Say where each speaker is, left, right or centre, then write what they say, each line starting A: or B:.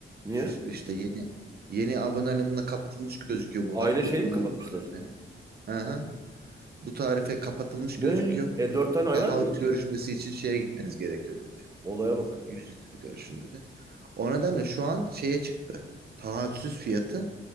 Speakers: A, on the right; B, on the right.
A: niye?
B: İşte işte yeni yeni aboneliğimle kapatılmış gözüküyor bu
A: Aile
B: hattı
A: şeyi mi
B: bu
A: kapatmışlar?
B: tarife. Hı hı. Bu tarife kapatılmış gözüküyor.
A: Ne? E dört tane ayrı
B: Taahhüt
A: ayrı mı alacaksın?
B: görüşmesi için şeye gitmeniz gerekiyor dedi.
A: Olaya bak.
B: Yüz yüze görüşün dedi. O nedenle şu an şeye çıktı. Taahhütsüz fiyatı